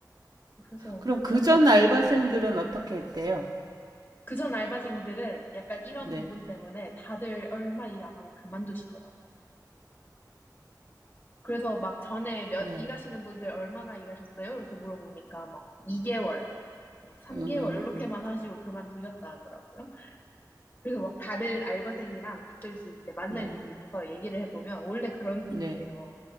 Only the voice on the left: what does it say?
그래서,
어, 뭐지?
음.
그전 알바생들은 약간 이런
부분 때문에 다들 얼마 일 안 하고 그만두시더라고요. 그래서 막 전에 몇
일하시는 분들 얼마나 일하셨어요? 이렇게 물어보니까 막 2개월, 막 3개월
이렇게만 하시고 그만두셨다 하더라고요. 그래서 막 다른 알바생이랑 가끔씩 이제 만날
일이 있어서 얘기를 해보면 원래 그런
분이래요.